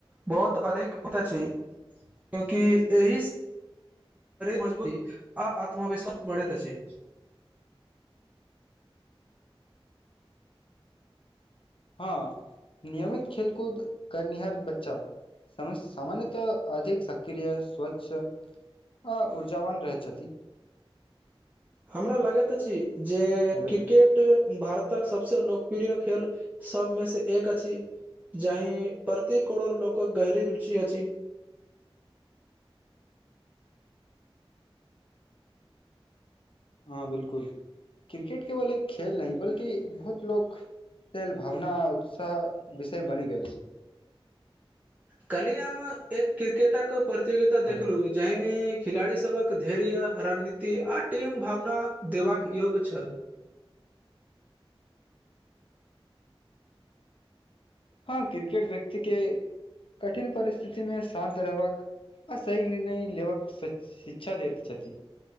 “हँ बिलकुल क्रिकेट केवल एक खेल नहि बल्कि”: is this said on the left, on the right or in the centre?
Left